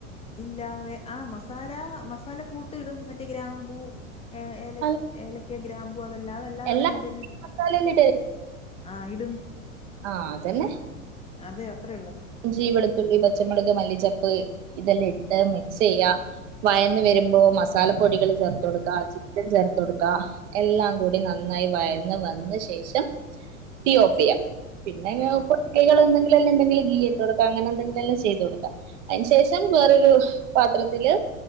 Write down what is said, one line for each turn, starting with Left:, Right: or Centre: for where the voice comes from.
Left: ഇല്ല ആഹ് മസാല മസാല കൂട്ട് ഇടും മറ്റേ ഗ്രാമ്പൂ ഏ ഏല
Right: അല്ല,
Left: ഏലക്ക ഗ്രാമ്പൂ അതെല്ലാ അതല്ലാതെ
Right: എല്ലാ
Left: വേറെ എന്തെലും
Right: മസാലയിലും
Left: ആഹ് ഇടും
Right: ആഹ് അതന്നെ
Left: അതെ അത്രേ ഉള്ളത്
Right: ഇഞ്ചി വെളുത്തുള്ളി പച്ചമുളക് മല്ലിച്ചപ്പ് ഇതെല്ലാം ഇട്ട് മിക്സെയ്യാ വയന്ന് വരുമ്പോ മസാല പൊടികൾ ചേർത്ത് കൊടുക്ക ചിക്കൻ ചേർത്ത് കൊടുക്കാ എല്ലാം കൂടി നന്നായി വയന്ന് വന്ന ശേഷം തീ ഓഫെയ്യ പിന്നെങ്ങനെ
Left: ആഹ്
Right: കുട്ടികള്
Left: ആഹ്
Right: എന്തെങ്കില എല്ലാം എന്തെങ്കും ഇട്ട് കൊടുക്കാം അങ്ങനെ എന്തെില എല്ലാം ചെയ്തു കൊടുക്കാം അയിന് ശേഷം വേറൊരു പാത്രത്തില്